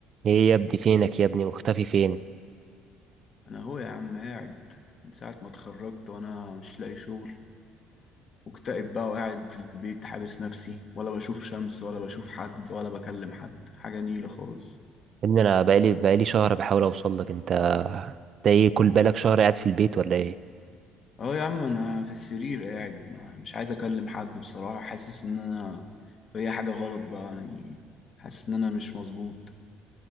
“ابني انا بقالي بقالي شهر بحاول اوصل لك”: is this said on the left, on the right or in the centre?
Right